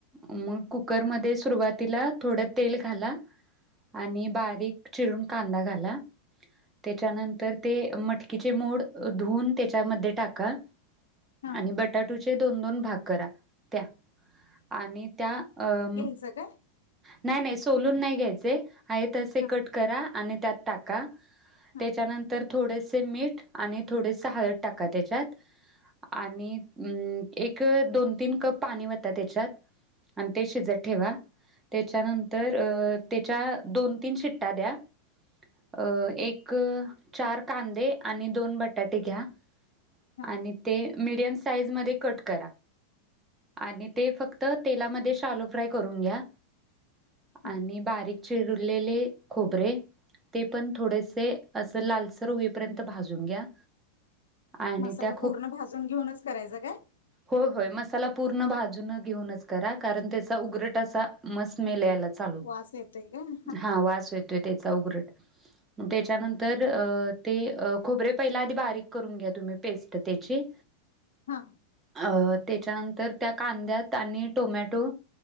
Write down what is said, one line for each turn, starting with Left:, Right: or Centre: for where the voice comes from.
Right: मग कुकरमध्ये सुरुवातीला थोडं तेल घाला आणि बारीक चिरून कांदा घाला त्याच्यानंतर ते मटकीचे मोड धुवून त्याच्यामध्ये टाका
Left: हा
Right: आणि बटाटोचे दोन दोन भाग करा त्या आणि त्या अं म
Left: चका
Right: नाही नाही सोलून नाही घ्यायचे आहे तसे
Left: हा
Right: कट करा आणि त्यात टाका.
Left: हा
Right: त्याच्यानंतर थोडेसे मीठ आणि थोडेस हळद टाका त्याच्यात आणि अं एक दोन तीन कप पाणी ओता त्याच्यात आणि ते शिजत ठेवा. त्याच्यानंतर त्याच्या दोन तीन शिट्या द्या. अ एक चार कांदे आणि दोन बटाटे घ्या.
Left: हा
Right: आणि ते मीडियम साईज मध्ये कट करा आणि ते फक्त तेलामध्ये शालो फ्राय करून घ्या
Left: हा
Right: आणि बारीक चिरलेले खोबरे ते पण थोडेसे असं लालसर होईपर्यंत भाजून घ्या. आणि
Left: मसाला
Right: त्या
Left: पूर्ण भाजून घेऊनच करायचा काय
Right: हो होय मसाला पूर्ण भाजून घेऊनच करा कारण त्याचा उगरटा असा स्मेलस यालाच
Left: वास येतोय काय
Right: हा वास येतो त्याचा उगरट मग त्याच्यानंत
Left: हा
Right: तर ते खोबरे पहिल्या आधी बारीक करून घ्या तुम्ही पेस्ट त्याची
Left: हां
Right: अ त्याच्यानंतर त्या कांद्यात आणि टोमॅटो